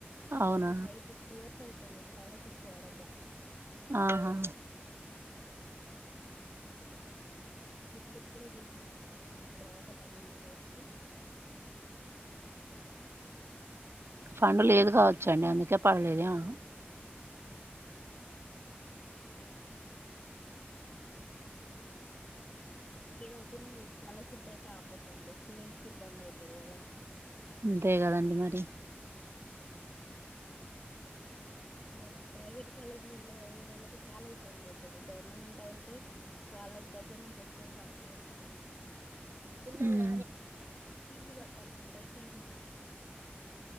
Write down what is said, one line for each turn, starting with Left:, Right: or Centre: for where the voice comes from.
Right: అవునా
Left: ఒక ఫైవ్ సిక్స్ ఇయర్స్ అయితుం తుంది స్కాలర్షిప్స్ పడక
Right: ఆహా
Left: మరి ఇప్పుడుప్పుడు రిలీజ్ చేస్తుండు మొన్నటి దాక ధర్నాలు చేస్తే
Right: ఫండ్ లేదు కావచ్చు అండి అందుకే పడలేదేమొ
Left: ఫండ్ లేదు <inaudible> మనీ ఏదో ఒపీనియన్ ఈ స్కాలర్షిప్ అయితే ఆపోద్దండి స్టూడెంట్స్ కి ఇబ్బంది అయితది కదా
Right: అంతే కదండి మరి
Left: రావాలన్నా ప్రైవేట్ కాలేజ్ వేళ్ళే వాళ్ళకు చాలా ఇబ్బంది అయిత ఇది గవర్నమెంట్ అంటే వాళ్ళకి దగ్గర నుంచి వస్తాయి ఫండ్సుగాని
Right: ఉమ్
Left: వీళ్లు కట్టాల్సుంటాయి ఫీజు మళ్ళీ